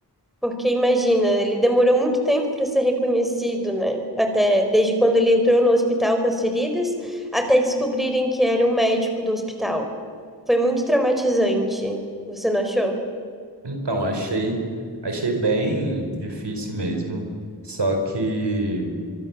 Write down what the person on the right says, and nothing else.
Então, achei, achei bem difícil mesmo. Só que